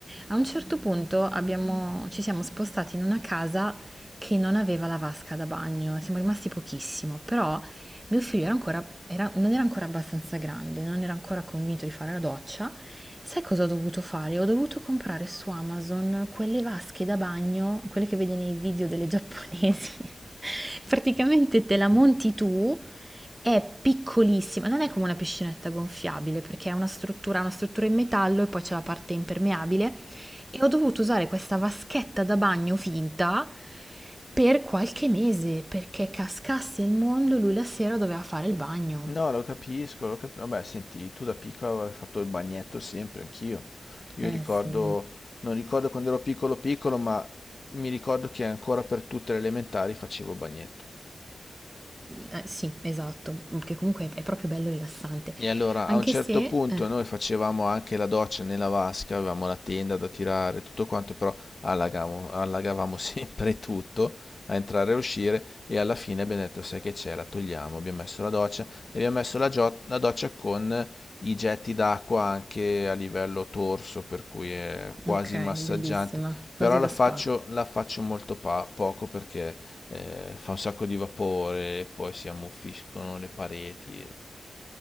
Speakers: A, on the right; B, on the left.
A: A un certo punto abbiamo- ci siamo spostati in una casa che non aveva la vasca da bagno, siamo rimasti pochissimo, però mio figlio era ancora- era- non era ancora abbastanza grande, non era ancora convinto di fare la doccia Sai cosa ho dovuto fare? Ho dovuto comprare su Amazon quelle vasche da bagno, quelle che vedi nei video delle giapponesi. <laughs> Praticamente te la monti tu, è piccolissima, non è come una piscinetta gonfiabile perché è una struttura, ha una struttura in metallo e poi c'è la parte impermeabile e ho dovuto usare questa vaschetta da bagno finta per qualche mese perché cascasse il mondo, lui la sera doveva fare il bagno.
B: No, lo capisco, lo capisco. Vabbè, senti, tu da piccolo avevi fatto il bagnetto sempre, anch'io. Io
A: Eh
B: ricordo,
A: sì.
B: non ricordo quando ero piccolo piccolo, ma mi ricordo che ancora per tutte le elementari facevo il bagnetto.
A: Eh, sì, esatto, che comunque è proprio bello rilassante,
B: E allora
A: anche
B: a un certo
A: se...
B: punto
A: eh,
B: noi facevamo anche la doccia nella vasca, avevamo la tenda da tirare, tutto quanto, però allagavamo, allagavamo <laughs> sempre tutto a entrare e a uscire e alla fine abbiamo detto sai che c'è, la togliamo, abbiamo messo la doccia e abbiamo messo la, gio- la doccia con i getti d'acqua anche a livello torso, per cui è quasi
A: ok,
B: massaggiante,
A: bellissima, quasi
B: però la
A: da
B: faccio,
A: spa.
B: la faccio molto pa- poco perché eh, fa un sacco di vapore, poi si ammuffiscono le pareti, e-